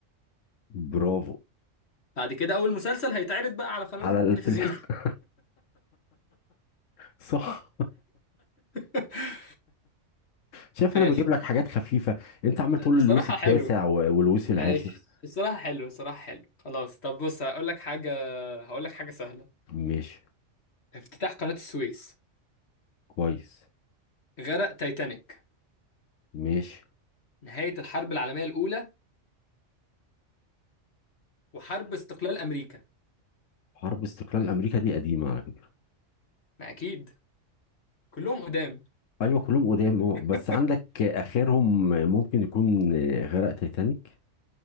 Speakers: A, on the left; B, on the left.
A: برافو
B: بعد كده اول مسلسل هيتعرض بقى على قنوات
A: على
B: التلفزيون
A: التل... <laughs> صح
B: <laughs>
A: شايف
B: ماشي
A: انا بجيب لك حاجات خفيفة انت عمال
B: الصراحة
A: تقول اللويس التاسع
B: حلو
A: و- واللويس العاشر
B: ماشي الصراحة حلو الصراحة حلو خلاص طب بص هقول لك حاجة هقول لك حاجة سهلة
A: ماشي
B: افتتاح قناة السويس
A: كويس
B: غرق تايتانيك
A: ماشي
B: نهاية الحرب العالمية الأولى وحرب استقلال أمريكا
A: حرب استقلال امريكا دي قديمة على فكرة
B: ما أكيد كلهم قدام
A: ايوه كلهم قدام
B: <laughs>
A: اه بس عندك اخرهم ممكن يكون غرق تايتانيك